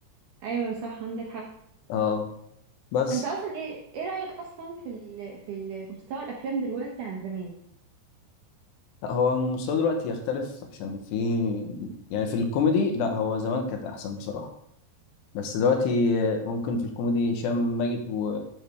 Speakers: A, on the right (about 75°); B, on the left (about 80°).
A: ايوه صح عندك حق
B: اه بس
A: انت اصلا ايه ايه رايك اصلا في ال... في ال- مستوى الافلام دلوقتي عن زمان
B: لا هو المستوى دلوقتي يختلف عشان في يعني في الكوميدي لا هو زمان كانت احسن بصراحه بس دلوقتي آه، ممكن في الكوميدي هشام ماجد و...